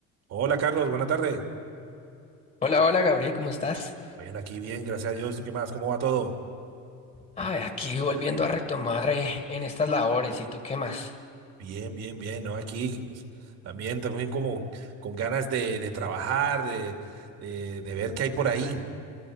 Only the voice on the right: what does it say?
Hola Carlos, buena tarde.
Bueno, aquí bien, gracias a Dios. ¿Tú qué más? ¿Cómo va todo?
Bien, bien, bien, ¿no? Aquí pues, también, también como con ganas de, de trabajar, de, de, de ver qué hay por ahí.